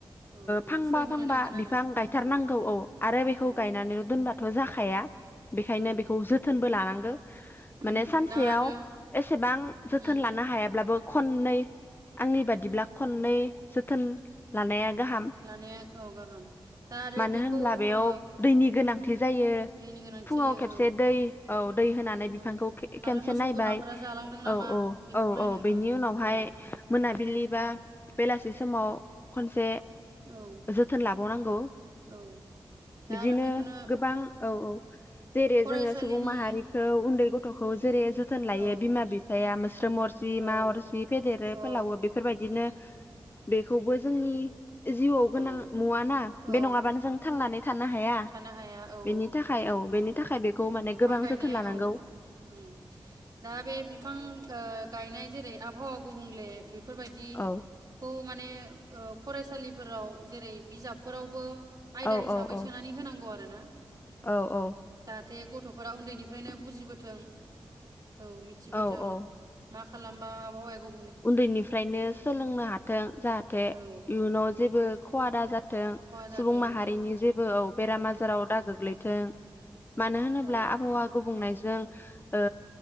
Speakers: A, on the right; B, on the left.
A: औ बेयाव
B: फांबा
A: सम
B: बिफांबा
A: होनो नांगोन आरो
B: बिफां गायथारनांगौ
A: औ
B: औ आरो बेखौ
A: औ
B: गायनानैल' दोनबाथ' जाखाया बेखायनो
A: उम उम
B: बेखौ जोथोनबो लानांगौ माने
A: उम
B: सानसेयाव
A: दा आरो
B: एसेबां जोथोन
A: उम
B: लानो हायाब्लाबो खननै आंनि बादिब्ला खननै जोथोन लानाया गाहाम
A: लानाया औ गाहाम दा आरो
B: मानो
A: बेखौ
B: होनब्ला बेयाव
A: ओ
B: दैनि गोनांथि जायो
A: दैनि गोनांथि
B: फुङाव
A: जायो
B: खेबसे
A: औ
B: दै औ दै होनानै बिफांखौ
A: औ
B: खे
A: आरो
B: खेबसे
A: मोसौ
B: नायबाय
A: बोरमाफोरा जालांदों नामा
B: औ औ
A: बेखौ
B: औ
A: नायनांगोन
B: औ बेनि उनावहाय
A: उम
B: मोनाबिलि बा बेलासि समाव खनसे
A: औ
B: जोथोन लाबावनांगौ
A: औ दा
B: बिदिनो
A: आरो बेखौनो
B: गोबां औ औ जेरै
A: फरायसालिनि
B: जोङो सुबुं माहारिखौ उन्दै गथ' गथ'खौ जेरै जोथोन लायो
A: औ
B: बिमा बिफाया मोस्रोम अरसि मा
A: औ
B: अरसि फेदेरो
A: औ
B: फोलावो बेफोरबायदिनो बेखौबो जोंनि जिउआव गोनां
A: औ
B: नुवा ना
A: औ
B: बे नङाबानो जों थांनानै थानो ह
A: थानो हाया औ
B: बेनि थाखाय औ बेनि थाखाय बेखौ माने
A: बिफां
B: गोबां
A: गायनाया
B: जोथोन लानांगौ
A: औ उम दा बे बिफां ओ गायनाय जेरै आबहावा गुबुंले फोरबायदिखौ
B: औ
A: माने ओ फरायसालि फोराव जेरै बिजाबफोरावबो आयदा
B: औ
A: हिसाबै
B: औ औ
A: सोनानै होनांगौ आरो ना
B: औ औ
A: जाहाथे गथ'फोरा उन्दैनिफ्रायनो बुजिबोथों औ मिथिबोथों
B: औ औ
A: मा खालाम खालामबा आबहावाया गु
B: उन्दैनिफ्रायनो सोलोंनो हाथों जाहाथे
A: औ
B: इयुनाव जेबो खवा दा जा जों
A: खहा जाथों
B: सुबुं माहारिनि
A: उम
B: जेबो औ बेरामा जेराव
A: उम
B: दा गोग्लैथों मानो होनोब्ला
A: अ
B: आबहावा गुबुंनाय जों ओ